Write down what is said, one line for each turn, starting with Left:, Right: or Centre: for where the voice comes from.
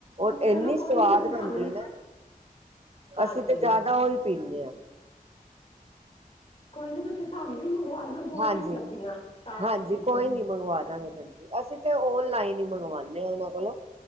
Right: ਰ
Left: ਚਲੋ
Right: ਇੰਨੀ। ਸਵਾਦ
Left: ਕੋਈ ਨਹੀਂ ਅਸੀਂ ਸਾਨੂੰ
Right: ਬਣਦੀ ਨਾ।
Left: ਹਾਂਜੀ
Right: ਅਸੀਂ ਤਾਂ ਜ਼ਿਆਦਾ ਉਹ ਹੀ ਪੀਣੇ ਆ।
Left: ਕੋਈ ਨੀ ਤੁਸੀਂ ਸਾਨੂੰ ਵੀ ਮੰਗਵਾ। ਦੇਣਾ ਦੋ
Right: ਹਾਂਜੀ
Left: ਤਿੰਨ ਡੱਬੀਆਂ ਚਾਹ
Right: ਹਾਂਜੀ
Left: ਪੱਤੀ ਦੀਆਂ
Right: ਕੋਈ ਨੀ ਮੰਗਵਾ ਦਾਂਗੇ ਭੈੰਜੀ ਅਸੀਂ ਤੇ ਓਨਲਾਈਨ ਹੀ ਮੰਗਵਾਦੇ ਹਾਂ ਨਾਂ। ਹੈਲੋ।